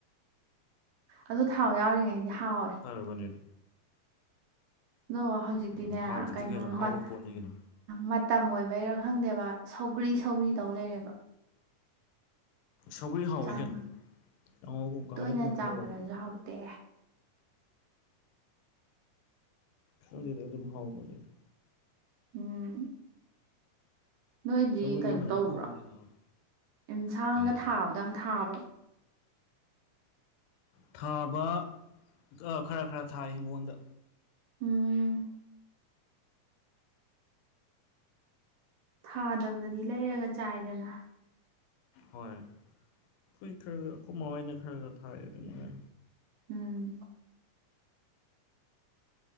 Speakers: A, on the right (about 80°); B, on the left (about 85°).
A: ꯑꯗꯨ ꯊꯥꯎ ꯌꯥꯎꯔꯤꯉꯩꯗꯤ ꯍꯥꯎꯋꯦ꯫
B: ꯍꯥꯕꯅꯦꯗꯤ
A: ꯑꯗꯣ ꯍꯧꯖꯤꯛꯇꯤꯅꯦ
B: ꯎꯝ ꯍꯥꯎꯇꯗꯤ
A: ꯀꯩꯅꯣ
B: ꯑꯍꯥꯎꯕ
A: ꯃꯩ
B: ꯄꯣꯠꯅꯤ ꯀꯩꯅꯣ
A: ꯃꯇꯝ ꯑꯣꯏꯕꯩꯔꯥ ꯈꯪꯗꯦꯕ ꯁꯧꯒ꯭ꯔꯤ ꯁꯧꯒ꯭ꯔꯤ ꯇꯧ ꯂꯩꯔꯦꯕ꯫
B: ꯁꯧꯒ꯭ꯔꯤ ꯍꯥꯎꯋꯤ
A: ꯆꯟ
B: ꯀꯩꯅꯣ ꯀꯥꯡꯉꯧꯒꯨꯝ ꯀꯥꯡꯉꯧꯒꯨꯝꯕ
A: ꯇꯣꯏꯅ ꯆꯃꯥꯟꯂꯁꯨ
B: ꯑꯃ ꯇꯧꯔꯒ
A: ꯍꯥꯎꯇꯦ꯫
B: ꯈꯪꯗꯦꯗ ꯑꯗꯨꯝ ꯍꯥꯎꯕꯅꯤꯗ
A: ꯎꯝ꯫ ꯅꯣꯏꯗꯤ
B: ꯁꯧꯒ꯭ꯔꯤꯁꯨ
A: ꯀꯩꯅꯣ
B: ꯐꯖꯅ
A: ꯇꯧꯕ꯭ꯔꫭ
B: ꯊꯣꯡꯉꯗꯤ ꯍꯥꯎꯋꯦ
A: ꯑꯦꯟꯁꯥꯡꯒ
B: ꯀꯩ
A: ꯊꯥꯕꯗꫭ ꯌꯥꯝ ꯊꯥꯕ꯭ꯔꯣ꯫
B: ꯊꯥꯕ ꯈꯔ ꯈꯔ ꯊꯥꯏ ꯍꯤꯡꯒꯣꯜꯗ꯫
A: ꯎꯝ꯫ ꯊꯥꯗꯕꯗꯗꯤ ꯂꯩꯔꯒ ꯆꯥꯏꯗꯅ
B: ꯍꯣꯏ ꯑꯩꯈꯣꯏ ꯈꯔ ꯈꯔ ꯑꯩꯈꯣꯏ ꯃꯥ ꯍꯣꯏꯅ ꯈꯔ ꯈꯔ ꯊꯥꯏ ꯑꯗꯨꯃꯉꯥꯏ
A: ꯎꯝ꯫